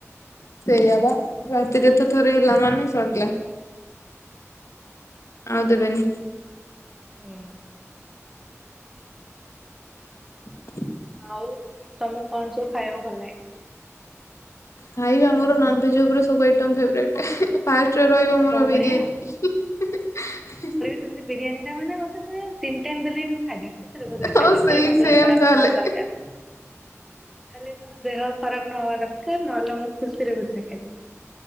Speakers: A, on the left; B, in the centre.
A: ସେଇଆ ବା ରାତିରେ ତ ଥରେ ହେଲା ମାନେ ସରିଲା। ଆଉ ଦେବେନି
B: ହୁଁ।
A: <inaudible>
B: ଆଉ ତମକୁ କଣ ସବୁ ଖାଇବ ଭଲ ଲାଗେ?
A: ଖାଇବା ମୋର ନନଭେଜ୍ ଉପରେ ସବୁ ଆଇଟମ୍ ଫେବରଟ୍ ଏହେ ଫାଷ୍ଟରେ ରହିବ
B: ଆଉ
A: ମୋର
B: ମୋ ଭଳିଆ
A: ବିରିୟାନୀ ହୁ - ହୁ - ହୁ - ହୁ
B: ସେମତି ବିରିୟାନୀ ଟା ମାନେ ମୋତେ ତମେ ତିିନି ଟାଇମ୍ ଦେଲେବି ଖାଇଦେବି ଖୁସି ଖୁସିରେ ଖୁସିରେ
A: ହଁ
B: ଖାଇଦେବୀ
A: ସେଇ
B: ଖାଲି ମୋ
A: ସେମ
B: ଦେହ ଖରାପ
A: ତାହେଲେ
B: ନହବା ଦରକାର। ଖାଲି ମୋ ଦେହ ଖରାପ ନହବା ଦରକାର, ନହେଲେ ମୁଁ ଖୁସିରେ ଖୁସିରେ ଖାଇଦେବି।